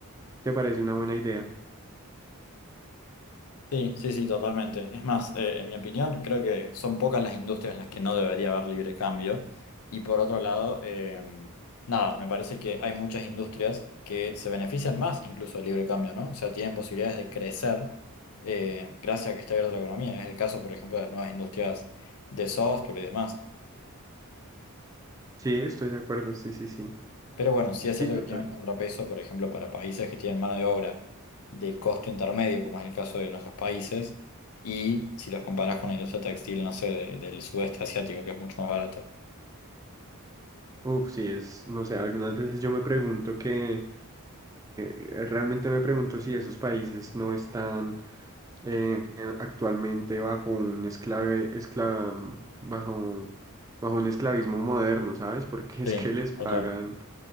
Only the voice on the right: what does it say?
te parece una buena idea.
Sí, estoy de acuerdo, sí, sí, sí.
Sí,
total.
Uf, sí, es, no sé, algunas veces yo me pregunto que eh, eh, realmente me pregunto si esos países no están eh, eh, actualmente bajo un esclave, esclava, mm, bajo, bajo un esclavismo moderno, ¿sabes? Porque <laughs> es
que les pagan